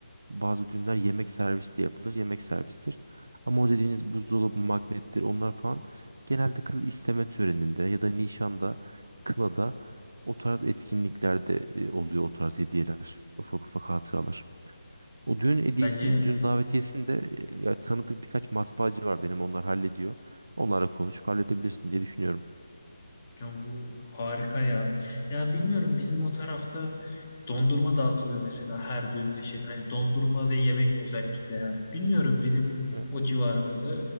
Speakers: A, on the right; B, on the left.
A: bazı düğünler yemek servisi yapılır. Yemek servistir. Ama o dediğiniz buzdolabı magnettir onlar falan genelde kız isteme töreninde ya da nişanda, kınada o tarz etkinliklerde e, oluyor o tarz hediyeler. Ufak ufak hatıralar. O düğün hediyesini,
B: bence
A: düğün davetiyesini de e, ya tanıdık birkaç matbaacı var benim onlar hallediyor. Onlarla konuşup halledebilirsin diye düşünüyorum.
B: Ya bu harika ya. Ya bilmiyorum bizim o tarafta dondurma dağıtılıyor mesela her düğünde şeyde hani dondurma ve yemek özellikle. Bilmiyorum benim
A: Hı.
B: o civarımızda